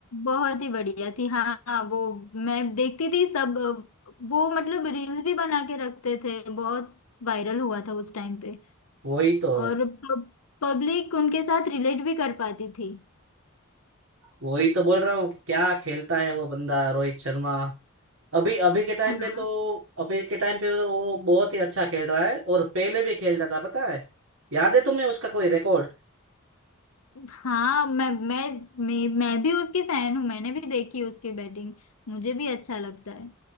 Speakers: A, on the left; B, on the right.
A: बहुत ही बढ़िया थी हाँ हाँ, वो मैं देखती थी सब अ, वो मतलब रील्स भी बना के रखते थे बहुत वायरल हुआ था उस टाइम पे
B: वही तो
A: और पब्लिक उनके साथ रिलेट भी कर पाती थी
B: वही तो बोल रहा हूँ कि क्या खेलता है वो बंदा रोहित शर्मा अभी अभी के टाइम
A: हाँ
B: पे तो अभी के टाइम पे तो वो बहुत ही अच्छा खेल रहा है और पहले भी खेलता था पता है याद है तुम्हें उसका कोई रिकॉर्ड
A: हाँ मैं मैं मैं, मैं भी उसकी फैन हूँ मैंने भी देखी उसकी बैटिंग मुझे भी अच्छा लगता है